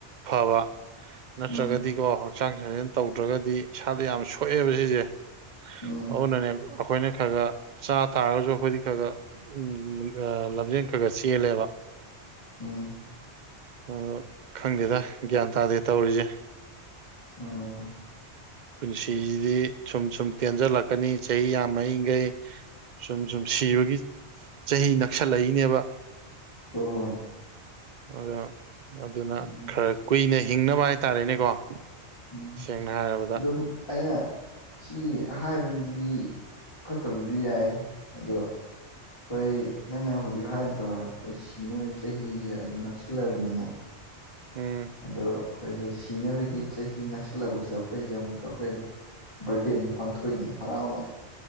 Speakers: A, on the right; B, on the left.
A: ꯐꯕ ꯅꯠꯇ꯭ꯔꯒꯗꯤꯀꯣ
B: ꯎꯝ
A: ꯍꯛꯆꯥꯡ ꯁꯥꯖꯦꯟ ꯇꯧꯗ꯭ꯔꯒꯗꯤ ꯏꯁꯥꯗ ꯌꯥꯝ ꯁꯣꯛꯑꯦꯕ ꯁꯤꯖꯦ
B: ꯎꯝ
A: ꯑꯗꯨꯅꯅꯦ ꯑꯩꯈꯣꯏꯅ ꯈꯔ ꯈꯔ ꯆꯥ ꯇꯥꯔꯒꯖꯨ ꯑꯩꯈꯣꯏꯗꯤ ꯈꯔ ꯈꯔ ꯎꯝ ꯑꯥ ꯂꯝꯖꯦꯟ ꯈꯔ ꯈꯔ ꯆꯦꯜꯂꯦꯕ
B: ꯎꯝ
A: ꯑ ꯈꯪꯗꯦꯗ ꯒ꯭ꯌꯥꯟ ꯇꯥꯗꯦ ꯇꯧꯔꯤꯖꯦ
B: ꯎꯝ
A: ꯄꯨꯟꯁꯤꯖꯤꯗꯤ ꯁꯨꯝ ꯁꯨꯝ ꯇꯦꯟꯖꯜꯂꯛꯀꯅꯤ ꯆꯍꯤ ꯌꯥꯝꯃꯛꯏꯒꯩ ꯁꯨꯝ ꯁꯨꯝ ꯁꯤꯕꯒꯤ ꯆꯍꯤ ꯅꯛꯁꯜꯂꯛꯏꯅꯦꯕ
B: ꯍꯣꯏ ꯍꯣꯏ
A: ꯑꯗꯣ ꯑꯗꯨꯅ
B: ꯎꯝ
A: ꯈꯔ ꯀꯨꯏꯅ ꯍꯤꯡꯅꯕ ꯍꯥꯏꯇꯥꯔꯦꯅꯦꯀꯣ
B: ꯎꯝ
A: ꯁꯦꯡꯅ ꯍꯥꯏꯔꯕꯗ
B: ꯑꯗꯨꯝ ꯑꯩꯅ ꯁꯤ ꯍꯥꯏꯕꯗꯗꯤ ꯐꯠꯇꯕꯖꯨ ꯌꯥꯏ ꯑꯗꯣ ꯑꯩꯈꯣꯏ ꯅꯪꯅ ꯍꯧꯖꯤꯛ ꯍꯥꯏꯗ꯭ꯔꯣ ꯁꯤꯅꯕ ꯆꯍꯤꯖꯦ ꯑꯗꯨꯝ ꯅꯛꯁꯤꯜꯂꯛꯑꯕꯅꯤꯅ
A: ꯎꯝ
B: ꯑꯗꯣ ꯑꯩꯈꯣꯏꯖꯦ ꯁꯤꯅꯕꯒꯤ ꯆꯍꯤ ꯅꯛꯁꯜꯂꯛꯄꯁꯤꯗ ꯑꯩꯈꯣꯏꯖꯦ ꯑꯃꯨꯛꯀ ꯑꯩꯈꯣꯏ ꯕꯥꯔꯠꯗꯦ ꯑꯃꯨꯛ ꯄꯥꯡꯊꯣꯛꯏꯅꯤ ꯍꯔꯥꯎꯅ